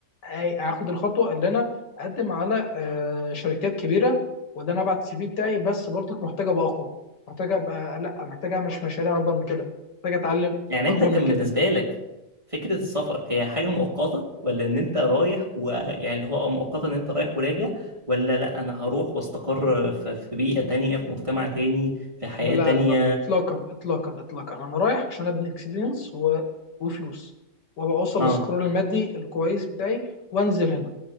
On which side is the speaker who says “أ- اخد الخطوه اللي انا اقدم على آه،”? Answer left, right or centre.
Left